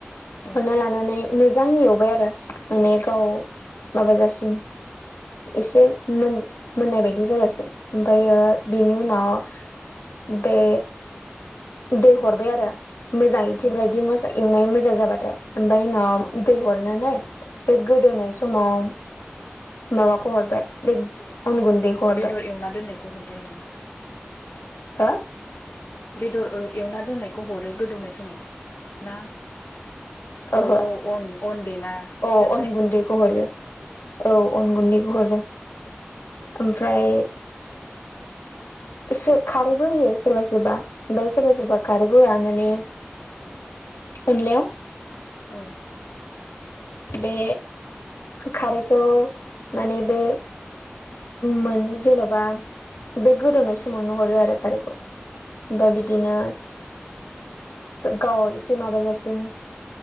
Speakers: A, on the left (about 65°); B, on the left (about 80°).
A: औ
B: हरना लानानै मोजां एवबाय आरो माने गाव माबाजासिम एसे मोन मोननाय बायदि जाजासै ओमफ्रायो बेनि उनाव बे दै हरबाय आरो मोजां इथिब्रायदि
A: औ
B: मस्ला एवनाय मोजां जाबाथाय ओमफ्राय उनाव
A: औ
B: दै हरनानै बे गोदौनाय समाव माबाखौ हरबाय बे अन गुन्दैखौ हरबाय
A: बेदर एवना दोननायखौ हरबाय आरोना
B: हो
A: बेदर ओ एवना दोननायखौ हरो गोदौनाय समाव ना
B: ओहो
A: औ औ अन अन देना
B: अ
A: दोननाय
B: अन गुन्दैखौ हरो औ अन गुन्दैखौ हरो ओमफ्राय सो खारैबो होयो सोरबा सोरबा ओमफ्राय सोरबा
A: औ
B: सोरबा खारैबो होआ माने अनलायाव
A: औ
B: बे खारैखौ माने बे मोन जेन'बा बे गोदौनाय समावनो हरो आरो खारैखौ
A: औ
B: ओमफ्राय बिदिनो गाव एसे माबाजासिम